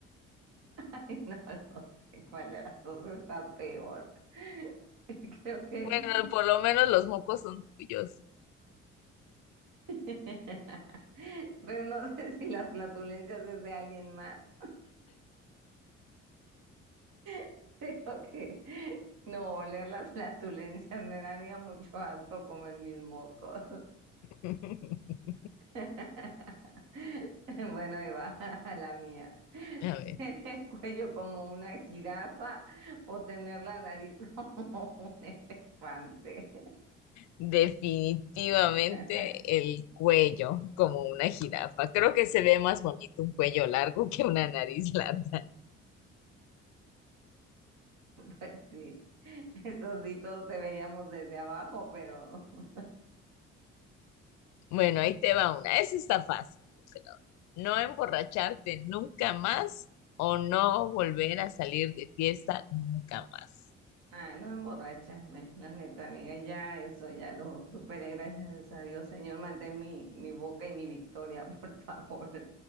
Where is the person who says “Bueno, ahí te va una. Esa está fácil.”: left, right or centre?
Left